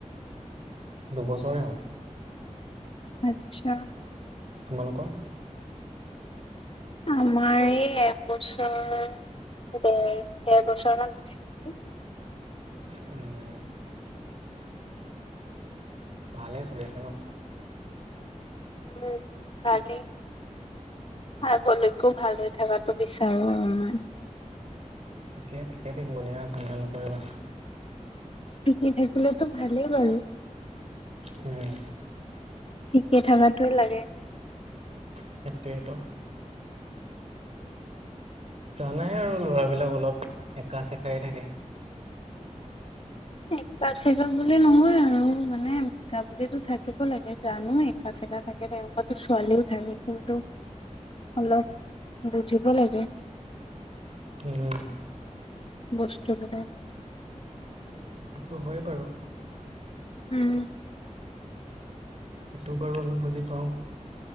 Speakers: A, on the right (about 60°); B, on the left (about 45°).
A: দুবছৰে হ'ল।
B: আচ্ছা।
A: তোমালোকৰ?
B: আমাৰ এই একবছৰ দেৰ দেৰ বছৰ মান হৈছে। নেকি।
A: উম। ভালে চলি আছে ন।
B: উম ভালে আগলৈকেও ভাল হৈ থকাটো বিচাৰো আৰু মই।
A: ঠিকে ঠিকে থাকিব দিয়া চিন্তা নকৰিবা।
B: ঠিকেই থাকিলেতো ভালেই বাৰু।
A: হম।
B: ঠিকেই থাকাতোৱে লাগে
A: সেইটোৱে ত জানাই আৰু ল'ৰাবিলাক অলপ একা চেকাই থাকে
B: এক টা চাইদৰ বুলি নহয় আৰু মানে বুজাবুজিটো থাকিব লাগে জানো একা চেকা থাকে তেওঁলোকৰ টো ছোৱালীও থাকে কিন্তু অলপ' বুজিব লাগে
A: উম
B: বস্তুবিলাক
A: সেইটো হয় বাৰু।
B: উম।
A: সেইটো বাৰু আমি বুজি পাওঁ।